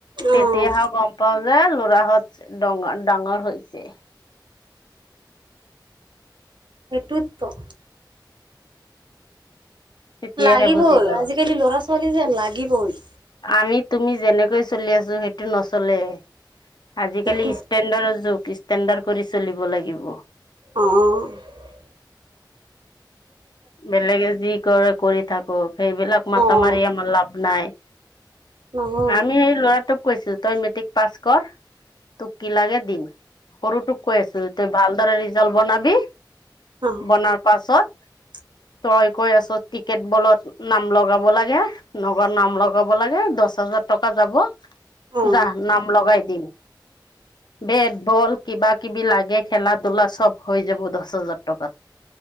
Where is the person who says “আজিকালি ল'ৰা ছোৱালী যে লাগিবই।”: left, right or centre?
Right